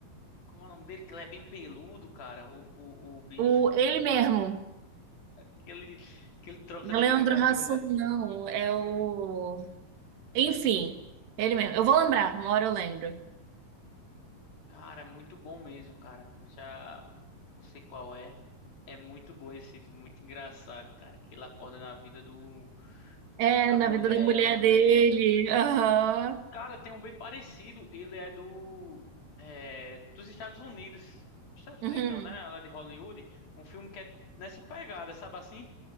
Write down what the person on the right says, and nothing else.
o ele mesmo,
não
é Leandro
Hassum, não, é o Enfim, ele mesmo. Eu vou lembrar, uma hora eu lembro.
É,
na
vida da mulher
dele. Aham.
Uhum.